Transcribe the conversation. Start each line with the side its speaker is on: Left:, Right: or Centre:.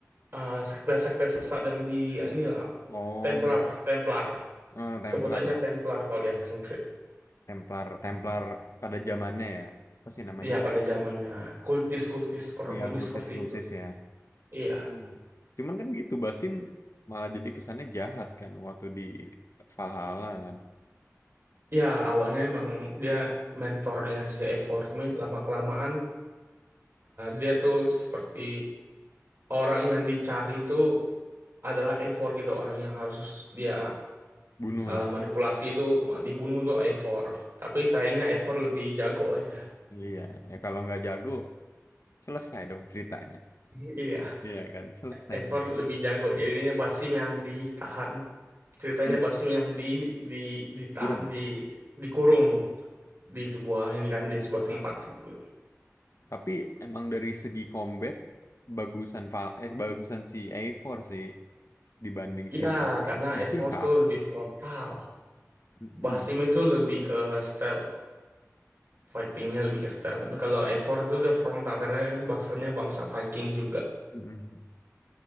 Right: eh, sekte-sekte sesat yang di inilah
Left: oh
Right: Templar, Templar.
Left: eh, Templar
Right: Sebutannya
Left: lah
Right: Templar kalau di Assassin's Creed.
Left: Templar Templar pada zamannya ya apa sih namanya
Right: Ya pada zamannya kultis-kultis kurang
Left: iya
Right: lebih
Left: kultis-kultis
Right: seperti itu.
Left: ya
Right: Iya,
Left: Iya. cuman kan gitu Basim malah jadi kesannya jahat kan waktu di Valhalla kan.
Right: ya awalnya emang dia mentornya si Eivor, tapi lama kelamaan dia tuh seperti orang yang dicari itu adalah Eivor gitu, orang yang harus dia
Left: bunuh
Right: eh,
Left: ya.
Right: manipulasi itu ma- dibunuh tuh Eivor. Tapi sayangnya Eivor lebih jago aja.
Left: Iya, ya kalau nggak jago selesai dong ceritanya.
Right: <laughs> Iya.
Left: Iya kan, selesai
Right: Ever
Left: ceritanya.
Right: lebih jago jadinya Basim yang ditahan ceritanya
Left: Men-
Right: Basim yang di di ditahan
Left: Kurung.
Right: di dikurung di sebuah ini kan di sebuah tempat gitu.
Left: Tapi emang dari segi combat bagusan Val eh bagusan si A4 sih dibanding
Right: ya
Left: si Basim.
Right: karena
Left: Basim
Right: Ever
Left: kaku.
Right: tuh lebih frontal
Left: Mm-mm.
Right: Basim itu lebih ke stealth fightingnya lebih ke stealth tapi kalau Ever itu dia frontal karena dia kan bangsanya bangsa Viking juga
Left: Mm-mm.